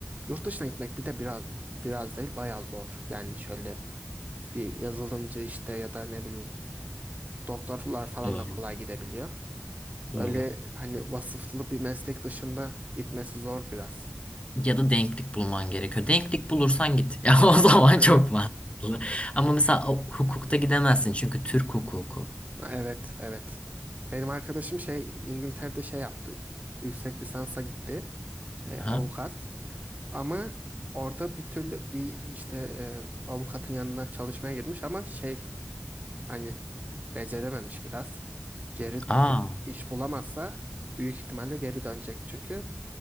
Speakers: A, on the right (about 35°); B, on the left (about 25°).
A: yurt dışına gitmek bir de biraz biraz değil bayağı zor. Yani şöyle bir yazılımcı işte ya da ne bileyim doktorlar falan
B: Doğru.
A: da kolay gidebiliyor.
B: Doğru.
A: Böyle hani vasıflı bir meslek dışında gitmesi zor biraz.
B: Ya da denklik bulman gerekiyor. Denklik bulursan git. <laughs> Ya o zaman
A: <laughs>
B: çok mantıklı. Ama mesela hukukta gidemezsin çünkü Türk hukuku.
A: Evet, evet. Benim arkadaşım şey İngiltere'de şey yaptı. Yüksek lisansa gitti. e,
B: Ha?
A: avukat. Ama orada bir türlü bir işte e, avukatın yanına çalışmaya girmiş ama şey hani becerememiş biraz. Geri
B: Aa.
A: iş bulamazsa büyük ihtimalle geri dönecek. Çünkü